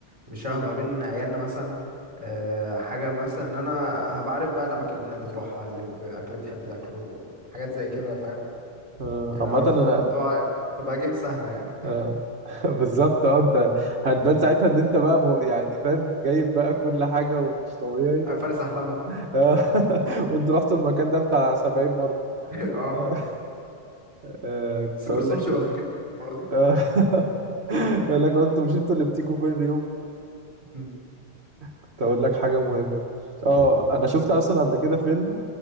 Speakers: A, on the right; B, on the right.
A: بشبه
B: مم.
A: ما بين عيالنا مثلا آه، حاجه مثلا ان انا هبقى عارف بقى الاماكن اللي بتحب تروحها اللي ب- اكل اللي بتحب تاكله حاجات زي كده فاهم
B: آه،
A: يعني
B: عامة
A: اعرف
B: انا
A: الموضوع تبقى جيم سهله يعني
B: آه <laughs> بالظبط اه انت هتبان ساعتها ان انت بقى مو- يعني فاهم جايب بقى كل حاجة ومش طبيعي
A: آه،
B: و...
A: فارس احلامها
B: آه <laughs> وانت رحت المكان ده بتاع 70 مرة
A: <laughs> اه
B: آه آه، كنت
A: بس جرسون
B: اقول لك
A: مش
B: إيه؟
A: هيبقى فاكرني المرة دي
B: <laughs> يقول لك انتوا مش انتوا اللي بتيجوا كل يوم
A: مم.
B: كنت اقول لك حاجه مهمه اه انا شفت اصلا قبل كده فيلم